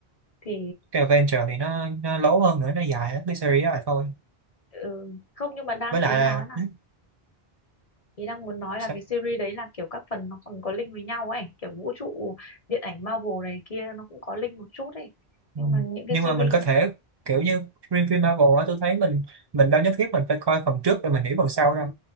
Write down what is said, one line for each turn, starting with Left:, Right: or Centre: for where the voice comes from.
Left: thì
Right: cái Adventure thì nó nó lố hơn nữa nó dài hết cái series đó là thôi
Left: ừ, không nhưng mà đang
Right: với
Left: ý
Right: lại là
Left: nói là
Right: ừ,
Left: ý đang muốn nói
Right: sao?
Left: là cái series đấy là kiểu các phần nó còn có link với nhau ấy kiểu vũ trụ điện ảnh Marvel này kia nó cũng có link một chút ấy nhưng
Right: Ừ.
Left: mà những cái
Right: nhưng
Left: series
Right: mà mình có thể kiểu như riêng phim Marvel á tôi thấy mình mình đâu nhất thiết mình phải coi phần trước rồi mình hiểu phần sau đâu